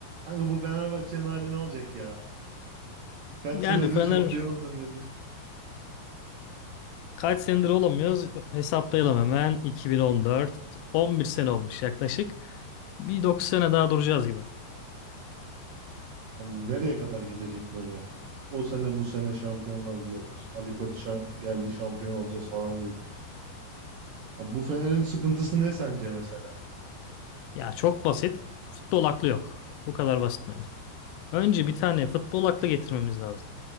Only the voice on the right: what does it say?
Kanka bu Fenerbahçe'nin hali ne olacak ya? Kaç
senedir
şampiyon olamıyorsunuz.
Hani nereye kadar gidecek böyle? O sene bu sene şampiyonlar diyorlar. Ali Koç şa- geldi şampiyon olacağız falan dediler. Ya bu Fener'in sıkıntısı ne sence mesela?